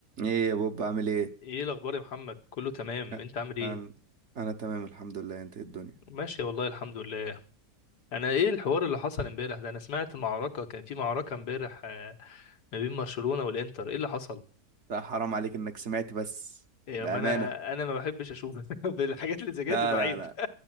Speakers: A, on the right; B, on the left.
A: ايه يا بوب عامل ايه
B: ايه الاخبار يا محمد كله تمام
A: أ-
B: انت عامل ايه
A: انا انا تمام الحمد لله انت إيه الدنيا
B: ماشي والله الحمد لله انا ايه الحوار اللي حصل امبارح ده انا سمعت معركة كان في معركة امبارح آه، ما بين برشلونة والانتر ايه اللي حصل
A: لا حرام عليك انك سمعت بس
B: إيه
A: بامانه
B: ما انا انا ما بحبش اشوف <laughs> بالحاجات اللي زي كده
A: لا
B: تبقى
A: لا
B: عيب
A: لا